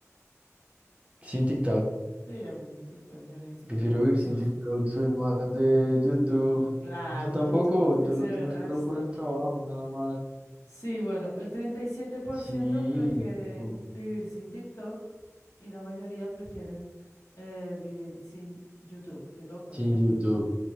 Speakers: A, on the right; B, on the left.
A: Sin TikTok.
B: Sí, a mí sin TikTok yo ni siquiera
A: Prefiero
B: lo
A: vivir
B: uso.
A: sin TikTok, soy más de YouTube.
B: Claro,
A: Yo tampoco,
B: el YouTube, que
A: yo
B: se
A: lo
B: ve
A: tengo
B: el resto.
A: espero por el trabajo, nada más.
B: Sí, bueno, el 37%
A: Sí,
B: prefiere
A: YouTube,
B: vivir sin TikTok y la mayoría prefieren eh, vivir sin YouTube. Qué loco,
A: sin
B: ¿no?
A: YouTube.